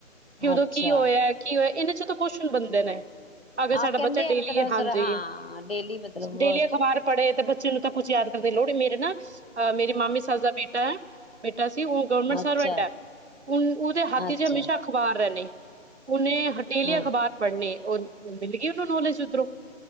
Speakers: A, on the right; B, on the left.
A: ਕਿ ਉਦੋਂ
B: ਅੱਛਾ
A: ਕੀ ਹੋਇਆ ਕੀ ਹੋਇਆ ਇਹਨ ਚ ਤਾਂ ਕੁਛ ਬੰਦੇ ਨੇ, ਅਗਰ
B: ਆਹੋ
A: ਸਾਡਾ
B: ਕਹਿੰਦੇ
A: ਬੱਚਾ
B: ਆ
A: ਡੇਲੀ
B: ਮਤਲਬ
A: ਹਾਂਜੀ,
B: ਸਰ ਹਾਂ ਡੇਲੀ ਮਤਲਬ
A: ਡੇਲੀ ਅਖ਼ਬਾਰ ਪੜ੍ਹੇ ਤੇ। ਚਲੋ ਤਾਂ ਕੁੱਝ ਯਾਦ ਦੇ ਲੋਹੜੀ ਮੇਰੇ ਨਾ ਆ ਮੇਰੀ ਮਾਮੀ ਸੱਸ ਦਾ ਬੇਟਾ ਬੇਟਾ ਸੀ, ਉਹ ਗਵਰਮੈਂਟ ਸਰਵੈਂਟ
B: ਅੱਛਾ
A: ਹੈ। ਹੁਣ ਉਹਦੇ ਹੱਥ
B: ਅੱਛਾ
A: ਚ ਹਮੇਸ਼ਾ ਅਖ਼ਬਾਰ ਰਹਿੰਣੇ। ਉਹਨੇ ਡੇਲੀ
B: ਹਾਂ
A: ਅਖ਼ਬਾਰ ਪੜ੍ਹਨੀ ਉਹ ਮਿਲ ਗਈ, ਉਹਨੂੰ ਨੌਲੇਜ ਉਧਰੋਂ